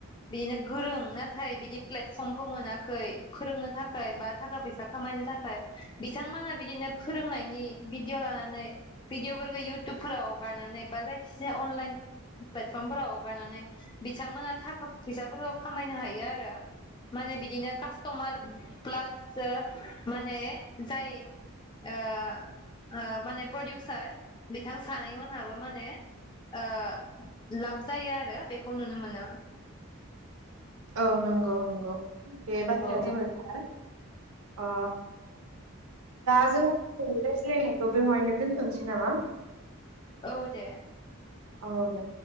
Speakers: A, on the left (about 20°); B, on the right (about 85°).
A: बिदिनो गोरों नाथाय बिदि प्लेटफर्मखौ मोनाखै फोरोंनो थाखाय बा थाखा फैसा खामायनो थाखाय बिथांमोना बिदिनो फोरोंनायनि भिडिअ लानानै भिडिअ फोरखौ इउटुबफोराव हगारनानै बा जायखिजाया अनलाइन प्लेटफर्मफोराव हगारनानै बिथांमोना थाखा फैसाफोरखौ खामायनो हायो आरो माने बिदिनो कास्टमार प्लास माने जाय ओ ओ माने प्रडिउसार बिथां सानै मोनहाबो माने ओ लाब जायो आरो बेखौ नुनो मोनो
B: औ नंगौ नंगौ बे बाथ्राया
A: औ
B: जोबोर थार अ दा जोङोनि रायज्लायनायखौ बेवहायनो दोन्थ'नोसै नामा
A: औ दे
B: औ दे